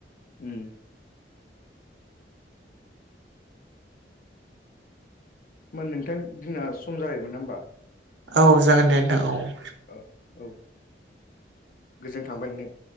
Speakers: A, on the left (about 50°); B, on the right (about 80°).
A: उम मोन नोंथां जोंना सम जाबायमोन ना होमबा।
B: औ जागोन दे नोंथां औ।
A: औ औ गोजोन थांबाय नों।